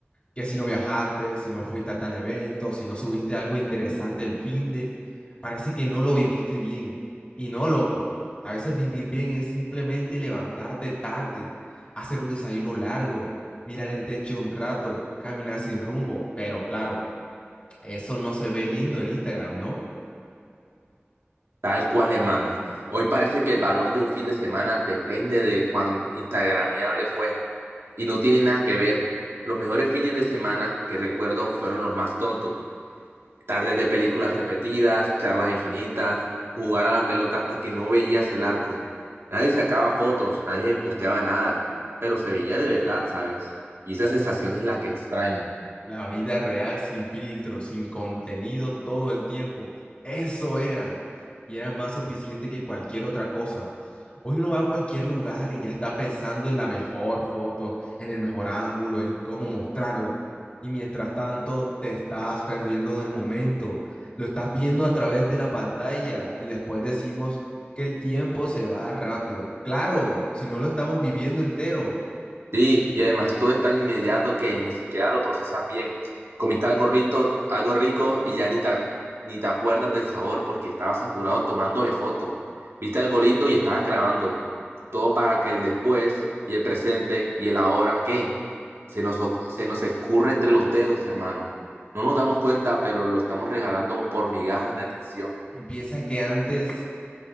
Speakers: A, on the left; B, on the right.
A: que si no viajaste, si no fuiste a tal evento, si no subiste algo interesante el fin de, parece que no lo viviste bien. Y no, loco, a veces vivir bien es simplemente levantarte tarde, hacer un desayuno largo, mirar el techo un rato, caminar sin rumbo, pero claro, eso no se ve lindo en Instagram, ¿no?
B: Tal cual, hermano. Hoy parece que el valor de un fin de semana depende de cuán instagramiable fue y no tiene nada que ver. Los mejores fines de semana que recuerdo fueron los más tontos, tardes de películas repetidas, charlas infinitas, jugar a la pelota hasta que no veías el arco. Nadie sacaba fotos, nadie posteaba nada, pero se veía de verdad, ¿sabes? Y esa sensación es la que extraño.
A: La vida real sin filtro, sin contenido todo el tiempo. Eso era. Y era más suficiente que cualquier otra cosa. Hoy uno va a cualquier lugar y ya está pensando en la mejor foto, en el mejor ángulo, en cómo mostrarlo. Y mientras tanto, te estás perdiendo del momento. Lo estás viendo a través de la pantalla y después decimos que el tiempo se va rápido. Claro, si no lo estamos viviendo entero.
B: Sí, y además todo es tan inmediato que ni siquiera lo procesas bien. Comiste algo rico, algo rico y ya ni te, ac- ni te acuerdas del sabor porque estabas apurado tomándole foto. Viste algo lindo y estabas grabando. Todo para que el después y el presente y el ahora, ¿qué? Se nos, o- se nos escurre entre los dedos, hermano. No nos damos cuenta, pero lo estamos regalando por migajas de atención.
A: Y piensa que antes